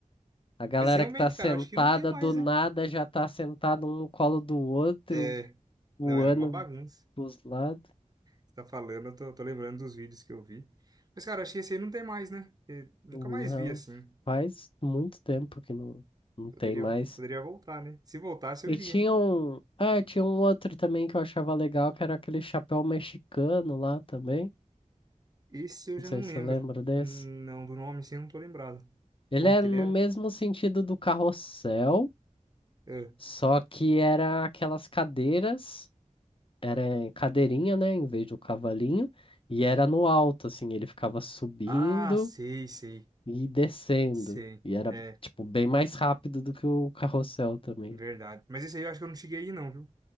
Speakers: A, on the left; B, on the right.
A: A galera
B: Mas realmente,
A: que tá sentada
B: cara, acho que não tem mais,
A: do nada
B: né?
A: já tá sentada um no colo do outro,
B: É,
A: voando
B: não, era uma bagunça.
A: dos lados.
B: Você tá falando, eu tô, tô lembrando dos vídeos que eu vi. Mas, cara, acho que esse aí não tem mais, né? Eu nunca
A: Não,
B: mais vi assim.
A: faz muito tempo que não, não
B: Poderia,
A: tem mais.
B: poderia voltar, né? Se voltasse,
A: E
B: eu iria,
A: tinha
B: hein?
A: um. Ah, tinha um outro também que eu achava legal, que era aquele chapéu mexicano lá também.
B: Esse eu
A: Não
B: já
A: sei
B: não
A: se
B: lembro.
A: você lembra desse.
B: Não, do nome assim eu não tô lembrado.
A: Ele
B: Como
A: era
B: que ele
A: no
B: era?
A: mesmo sentido do carrossel,
B: É.
A: só que era aquelas cadeiras era em cadeirinha, né, em vez do cavalinho, e era no alto, assim, ele ficava subindo
B: Ah, sei, sei.
A: e descendo,
B: Sei.
A: e era,
B: É,
A: tipo, bem mais rápido do que o carrossel também.
B: verdade. Mas esse aí eu acho que eu não cheguei aí, não, viu?